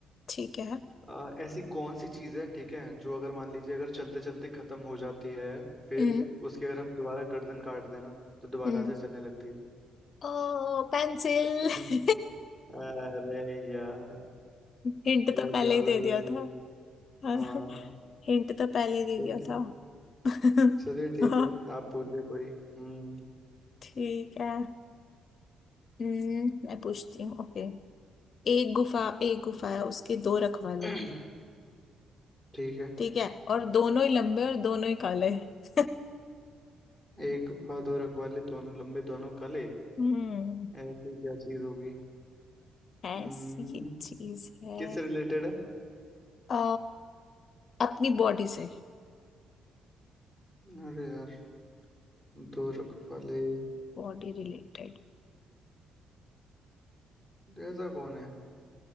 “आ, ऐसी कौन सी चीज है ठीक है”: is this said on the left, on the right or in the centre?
Right